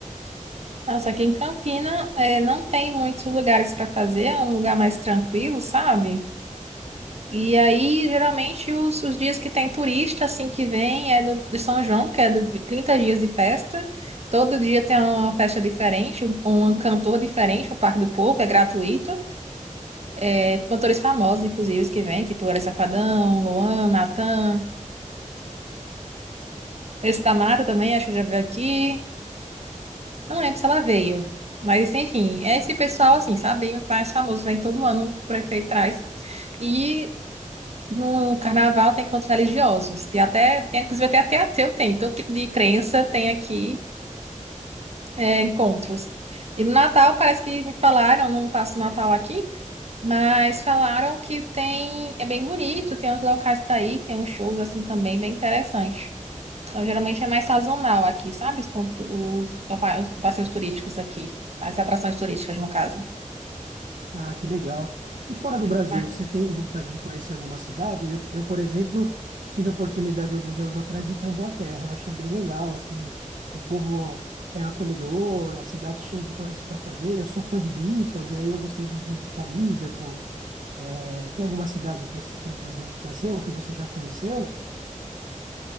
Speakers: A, on the right; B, on the right.
A: Nossa, aqui em Campina, é, não tem muitos lugares para fazer, é um lugar mais tranquilo, sabe? E aí, geralmente, os, os dias que tem turista, assim, que vem, é do, do São João, que é do, de 30 dias de festa. Todo dia tem uma festa diferente, um, um cantor diferente, o Parque do Povo, é gratuito. É, cantores famosos, inclusive, os que vêm, tipo Orelha Safadão, Luan, Natan. Esse da Mata também, acho que já veio aqui. Eu não lembro se ela veio. Mas, enfim, é esse pessoal, assim, sabe? O mais famoso vem todo ano, o prefeito traz. E no carnaval tem encontros religiosos. E até, tem, inclusive, até, até ateu tem. Todo tipo de crença tem aqui é, encontros. E no Natal, parece que me falaram, não passo Natal aqui, mas falaram que tem, é bem bonito, tem uns locais para ir, tem uns shows, assim, também bem interessantes. Então, geralmente é mais sazonal aqui, sabe? Os, con- os pa- os passeios turísticos aqui, as atrações turísticas, no caso.
B: Ah, que legal. E fora do Brasil,
A: Mas
B: você tem vontade de conhecer alguma cidade? Eu, eu, por exemplo, tive a oportunidade alguns anos atrás de ir para a Inglaterra. Eu achei bem legal, assim, o povo é acolhedor, a cidade cheia de coisas para fazer. Eu sou fã de Beatles, e aí eu gostei de visitar Liverpool. Eh, tem alguma cidade que você tem o desejo de conhecer ou que você já conheceu?